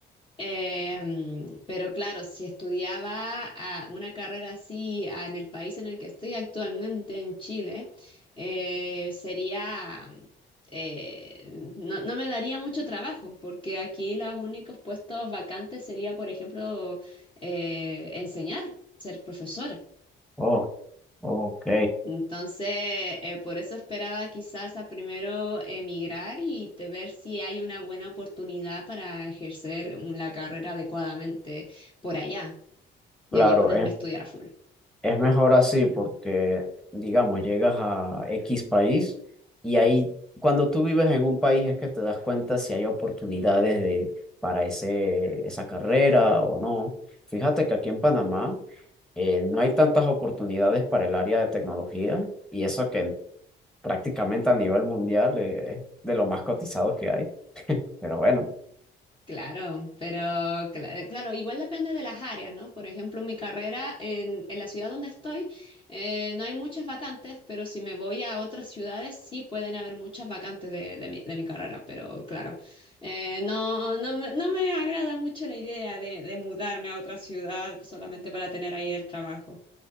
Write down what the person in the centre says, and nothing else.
Oh, ok,
claro,
es,
es mejor así porque, digamos, llegas a X país y ahí, cuando tú vives en un país es que te das cuenta si hay oportunidades de, para ese, esa carrera o no. Fíjate que aquí en Panamá eh, no hay tantas oportunidades para el área de tecnología y eso que prácticamente a nivel mundial eh, es de lo más cotizado que hay, pero bueno.